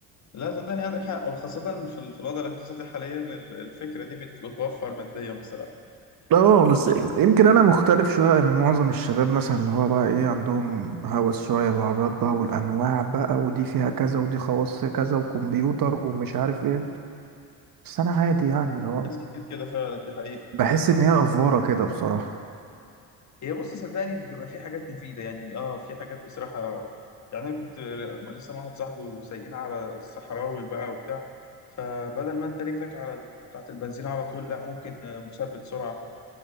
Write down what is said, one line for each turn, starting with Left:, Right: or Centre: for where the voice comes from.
Left: لا صدقني عندك حق وخاصه في, ال... في الوضع الاقتصادي حاليا ال- الفكره دي بت... بتوفر ماديا بصراحه
Right: اه بس يمكن انا مختلف شويه من معظم الشباب مثلا اللي هو بقى ايه عندهم هوس شويه بالعربيات بقى والانواع بقى ودي فيها كذا ودي خواص كذا وكمبيوتر ومش عارف ايه بس انا عادي يعني اللي هو
Left: ناس كتير كده فعلا دي حقيقه
Right: بحس ان هي افوره كده بصراحه
Left: هي بص صدقني بتبقى في حاجات مفيدة يعني اه في حاجات بصراحة يعني انا كنت ما لسه مع واحد صاحبي وسايقين على الصحراوي بقى وبتاع فبدل ما انت رجلك على ال- بتاعة البنزين على طول لا ممكن آه، مثبت سرعة